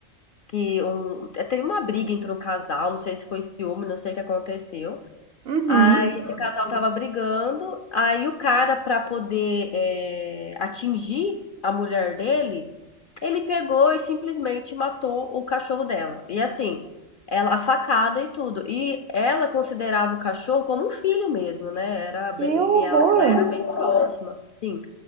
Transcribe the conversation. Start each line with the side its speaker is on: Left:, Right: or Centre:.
Left: Que um eh, teve uma briga entre um casal, não sei se foi ciúme, não sei o que aconteceu.
Right: uhum.
Left: Aí esse casal tava brigando, aí o cara pra poder, eh, atingir a mulher dele, ele pegou e simplesmente matou o cachorro dela. E assim, ela, a facada e tudo. E ela considerava o cachorro como um filho mesmo, né? Era, bem-
Right: Que
Left: ele,
Right: horror.
Left: ela, ela era bem próxima, sim.